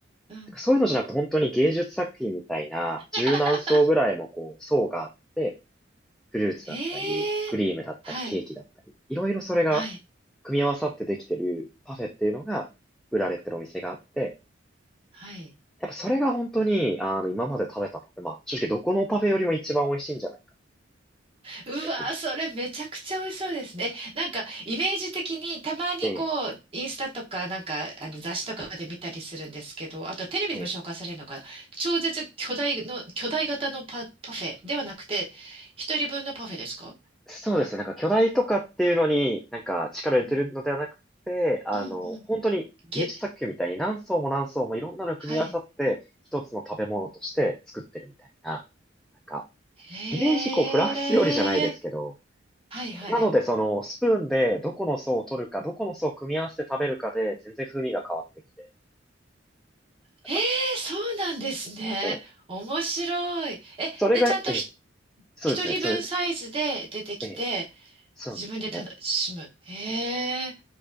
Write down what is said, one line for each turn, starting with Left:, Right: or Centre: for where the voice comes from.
Right: うん。
Centre: なんかそういうのじゃなくて本当に芸術作品みたいな、
Right: <laughs>
Centre: 柔軟層ぐらいもこう、層があって、フルーツだったり、
Right: ええ
Centre: クリームだったり、
Right: はい。
Centre: ケーキだったり、いろいろそれが
Right: はい。
Centre: 組み合わさってできてるパフェっていうのが売られてるお店があって、
Right: はい。
Centre: やっぱそれが本当に、あの、今まで食べたパフェ、まあ、正直どこのパフェよりも一番美味しいんじゃないか
Right: うわーそれめちゃくちゃ美味しそうですね。
Centre: ぐらい気に入っ
Right: なんか、イメージ的に、たまにこう、
Centre: てて、
Right: インスタとか、なんか、あの、雑誌とかで見たりするんですけど、あと、テレビでも紹介されるのかな。
Centre: ええ、
Right: 超絶巨大の、巨大型のパ、パフェではなくて、一人分のパフェですか
Centre: そうですね、なんか巨大とかっていうのになんか力を入れてるのではなくて、
Right: うん、
Centre: あの、
Right: うん、うん。
Centre: 本当に芸術作品みたいに何層も何層もいろんなの組み合わさって一つの食べ物として作ってるみたいな、
Right: げ、はい。
Centre: なんか、
Right: へ
Centre: イメージこうフランス料理じゃないですけど、
Right: え、はい、はい。
Centre: なので、その、スプーンでどこの層を取るか、どこの層を組み合わせて食べるかで、全然風味が変わってきて、なんか、
Right: ええそうなんですね。
Centre: ええ、
Right: 面白い。え、
Centre: それが、
Right: で、ちゃんとひ、
Centre: ええ、そうですね、
Right: 一人分サイズで出てきて、
Centre: そう、ええ、そうなんですよね。
Right: 自分で楽しむ。へえ。